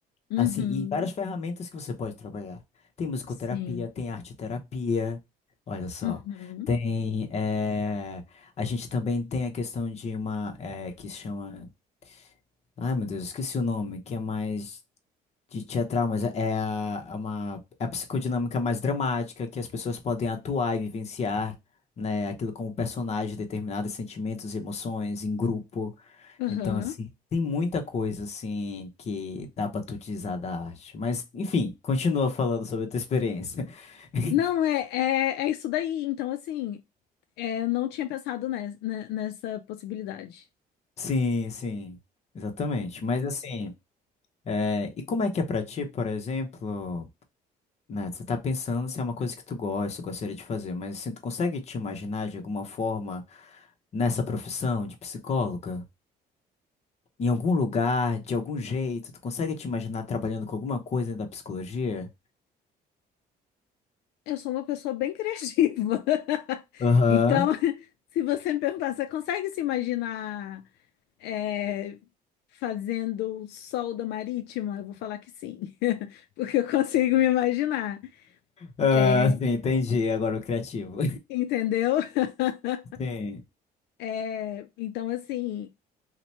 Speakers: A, on the left; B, on the left.
A: Uhum.
B: Assim, e várias ferramentas que você pode trabalhar. Tem musicoterapia,
A: Sim.
B: tem arteterapia. Olha só.
A: Uhum.
B: Tem. eh, A gente também tem a questão de uma eh, que se chama. Ai, meu Deus, esqueci o nome, que é mais. De teatral, mas é é a- é uma é a psicodinâmica mais dramática que as pessoas podem atuar e vivenciar, né, aquilo como personagem, determinados sentimentos, emoções em grupo.
A: Aham.
B: Então, assim, tem muita coisa assim que dá pra tu utilizar da arte. Mas, enfim, continua falando sobre a tua experiência. <laughs>
A: Não, é, é, é isso daí. Então, assim, é, não tinha pensado nes- ne- nessa possibilidade.
B: Sim, sim, exatamente. Mas assim, é, e como é que é pra ti, por exemplo? né, você tá pensando se é uma coisa que tu gosta, gostaria de fazer, mas assim, tu consegue te imaginar de alguma forma nessa profissão de psicóloga? Em algum lugar, de algum jeito, tu consegue te imaginar trabalhando com alguma coisa da psicologia?
A: Eu sou uma pessoa bem criativa. <laughs>
B: Aham.
A: Então, se você me perguntar, você consegue se imaginar é, fazendo solda marítima? Eu vou falar que sim, <laughs> porque eu consigo me imaginar.
B: Ah,
A: É,
B: sim, entendi. Agora o criativo.
A: entendeu? <laughs>
B: <laughs> Sim.
A: É, então, assim.